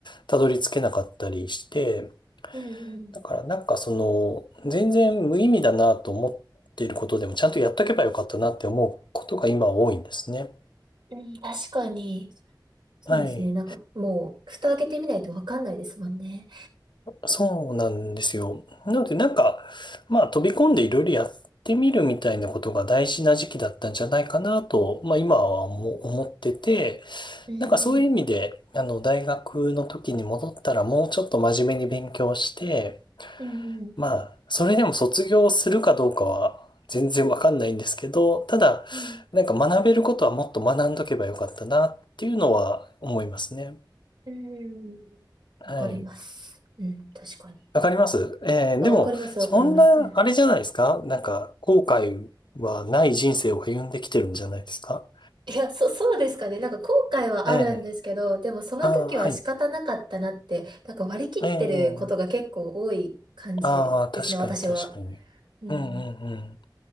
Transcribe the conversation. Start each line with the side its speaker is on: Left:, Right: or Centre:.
Left: たどり着けなかったりして
Right: うんうん。
Left: だからなんかその、全然無意味だなと思っていることでも、ちゃんとやっとけばよかったなって思うことが今多いんですね。
Right: うん、確かに。そうですね。
Left: はい。
Right: なんかもう、蓋開けてみないとわかんないですもんね。
Left: そうなんですよ。なのでなんか、まあ飛び込んでいろいろやってみるみたいなことが大事な時期だったんじゃないかなと、まあ今は思思ってて、
Right: うんうん。
Left: なんかそういう意味で、あの大学の時に戻ったらもうちょっと真面目に勉強して、
Right: うんうん。
Left: まあ、それでも卒業するかどうかは全然わかんないんですけど、ただ、
Right: はい。
Left: なんか学べることはもっと学んどけばよかったなっていうのは思いますね。
Right: うん。
Left: はい。
Right: わかります。うん、確かに。
Left: わかります。えーでも、
Right: あ、わかります、わかります。
Left: そんな、
Right: うん
Left: あれじゃないですかなんか、後悔はない人生を歩んできてるんじゃないですか
Right: いや、そ、そうですかね。なんか後悔はあるんですけど、
Left: ええ
Right: でもその時は仕方なかったなって、
Left: ああー、はい。
Right: なんか割り切ってることが結構多い感じですね、
Left: ええああ、確かに確かに。
Right: 私は。うん。
Left: うんうんうん。